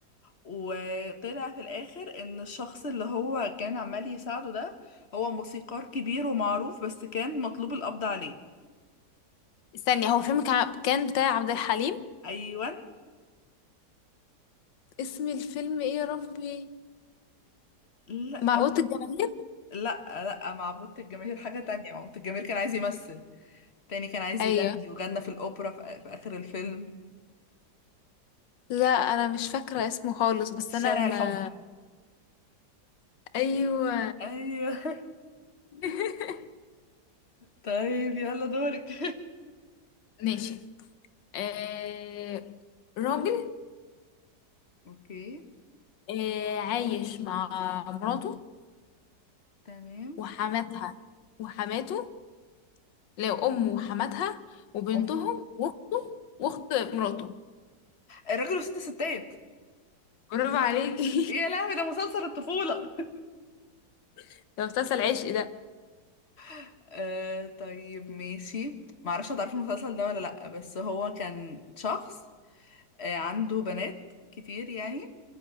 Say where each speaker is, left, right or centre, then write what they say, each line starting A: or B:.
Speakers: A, on the left; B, on the left.
A: وطلع في الاخر ان الشخص اللي هو كان عمال يساعده ده هو موسيقار كبير ومعروف بس كان مطلوب القبض عليه
B: استني هو فيلم كع- كان بتاع عبد الحليم
A: ايوان
B: اسم الفيلم ايه يا ربي
A: لا
B: معوضة الجماهير
A: لا لا معبود الجماهير حاجة تانية معبود الجماهير كان عايز يمثل تاني كان عايز
B: ايوه
A: يغني وغنى في الاوبرا في في اخر الفيلم
B: لا انا مش فاكرة اسمه خالص بس
A: شارع
B: انا ما
A: الحب
B: ايوه
A: ايوه
B: <laughs>
A: طيب يلا دورك
B: ماشي آه... راجل
A: <laughs> اوكي
B: آه، عايش مع مراته
A: تمام
B: وحماتها وحماته لا أمه وحماتها وبنتهم
A: أم...
B: وأخته وأخت مراته
A: الراجل وست ستات
B: برافو عليكي
A: يا لهوي ده مسلسل الطفولة
B: <laughs> ده مسلسل عشق ده
A: <laughs> آه طيب ماشي معرفش هتعرفي المسلسل ده ولا لأ بس هو كان شخص آه عنده بنات كتير يعني